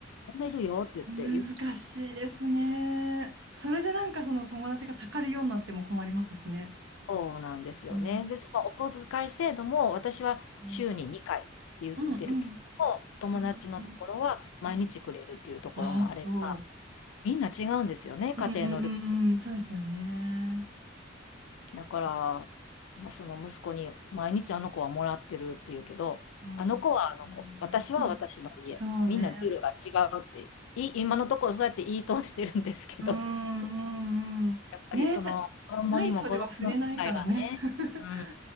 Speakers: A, on the left; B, on the right.
A: 揉めるよって言って言っ
B: 難しいですね。それでなんかその友達がたかるようになっても困りますしね。
A: そうなんですよね。
B: うん。
A: で、そのお小遣い制度も私は週に2回って言ってるけども、
B: うんうんうん
A: 友達のところは毎日くれるっていうところもあれば、
B: うんうんうんああ、そ
A: みんな違うんですよね、家庭のルール。
B: う。うんうんうんうん。そうですよね。
A: だから、
B: 確かに。
A: まあ、その息子に毎日あの子はもらってるっていうけど、
B: うん。
A: あの子はあの子、
B: うんうん
A: 私は私の家、
B: そうね。
A: みんなルールが違うって、い今のところそうやって言い通してるんですけど、
B: うんうんうん。
A: やっぱりその子供にも子供の世界がね、
B: ね、ない袖は触れないからね。<laughs>
A: うん